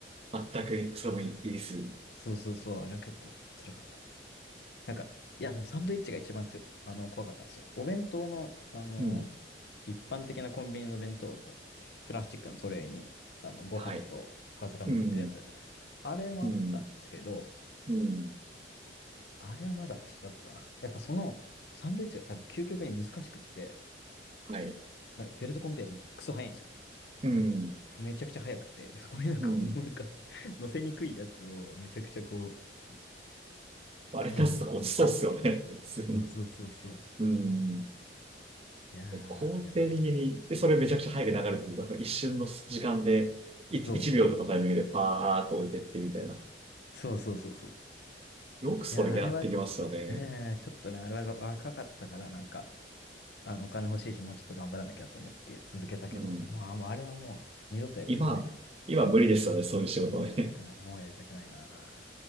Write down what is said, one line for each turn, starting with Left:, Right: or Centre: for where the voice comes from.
Right: 全く、それもいいです。
Left: そうそうそう、あれは結構辛かったな。なんか、いや、でもサンドイッチが一番つ、あの、怖かったんですよ。お弁当の、あの、
Right: うん。
Left: 一般的なコンビニの弁当のこう、プラスチックのトレーに、あの、ご飯とおかずが乗ってるやつあるじゃないですか。
Right: はい。うん。
Left: あれもあったんですけど、
Right: うん。うん。
Left: あれはまだマシだったな。やっぱその、サンドイッチが多分究極に難しくって、
Right: はい。
Left: なんかベルトコンベヤークソ早いんですよ
Right: うん。
Left: めちゃくちゃ速くて、そこになんかこう、
Right: うん。
Left: なんか <laughs> 乗せにくいやつをめちゃくちゃこう、い
Right: あれ出すとか落ちそうっすよね、
Left: 頑張って乗せなきゃいけない。
Right: 普通に。
Left: そうそうそうそう。
Right: うん。
Left: いやー、
Right: 肯定的に、
Left: あれは、
Right: で、それめちゃくちゃ早く流れてくる。だか一瞬の時間で、い1、
Left: そう、
Right: 秒とかタイミングでパーっと置いてってみたいな。
Left: そうそうそうそう。
Right: よくそれやってきますよね。
Left: いやー、あれは、えー、ちょっとね、あれは若かったから、なんか、あの、お金欲しいし、もうちょっと頑張らなきゃと思って続けたけど、
Right: うん。
Left: もう、あ、もうあれはもう、二度とやりたくないな。
Right: 今、今無理ですよね、そういう仕事ね。
Left: もうやりたくない。もうやりたくないな。